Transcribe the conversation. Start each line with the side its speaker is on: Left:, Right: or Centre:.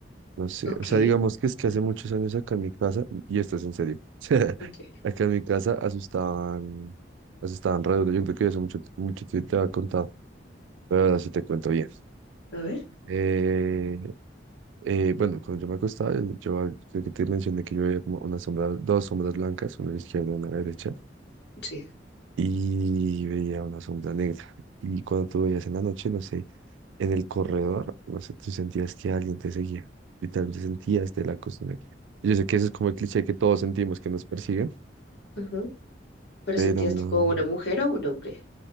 Right: no sé,
Left: Ok,
Right: o sea, digamos que es que hace muchos años acá en mi casa, y esto es en serio, <laughs>
Left: ok.
Right: acá en mi casa asustaban, asustaban re duro, yo creo que eso mucho, mucho te, te había contado, pero ahora sí te cuento bien.
Left: A ver,
Right: Eh, eh, bueno, cuando yo me acostaba, eh, yo creo que te mencioné que yo veía como una sombra, dos sombras blancas, una a la izquierda y una a la derecha,
Left: sí.
Right: y veía una sombra negra, y cuando tú veías en la noche, no sé. En el corredor, no sé, tú sentías que alguien te seguía. Literalmente sentías de la costumbre. Yo sé que eso es como el cliché que todos sentimos que nos persiguen,
Left: Ajá. ¿Pero
Right: pero
Left: sentías
Right: no.
Left: tipo una mujer o un hombre?